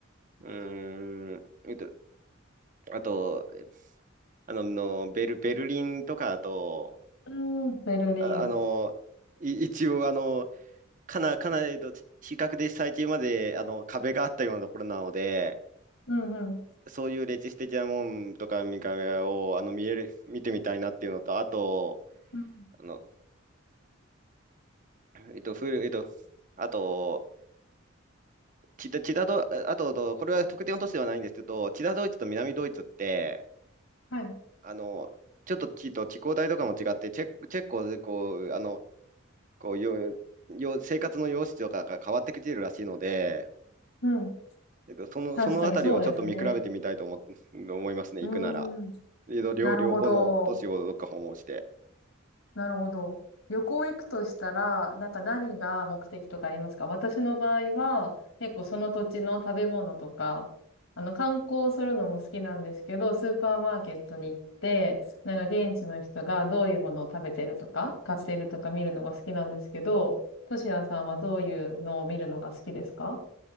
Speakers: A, on the right; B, on the left.
A: うーん、えっとあと、あの、のベル、ベルリンとかだと、
B: うん、ベルリン。
A: あ、あの、い一応、あの、かな、かなりと比較で最近まであの壁があったようなところなので、
B: うんうん。
A: そういう歴史的なもんとか見かけを、あの、見える、見てみたいなっていうのと、あと、
B: うん
A: あの、えっと、古い、えっと、あと、チダ、チダド、あと、これは特定の都市ではないんですけど、チダドイツと南ドイツって、
B: はい。
A: あの、ちょっと地と気候帯とかも違って、チェ、チェコ、こう、あの、こう、よ、よ、生活の様式とかが変わってきているらしいので、
B: うん。
A: えっと、その、
B: 確かにそうですね。
A: そのあたりをちょっと見比べてみたいと思っ、<laughs> 思いますね、
B: うん。
A: 行くなら。えっと両、
B: なるほど。
A: 両方の都市をどっか訪問して。
B: なるほど。旅行行くとしたら、なんか何が目的とかありますか私の場合は、結構その土地の食べ物とか、あの、観光するのも好きなんですけど、スーパーマーケットに行って、なんか現地の人がどういうものを食べてるとか、買っているとか見るのが好きなんですけど、としやさんはどういうのを見るのが好きですか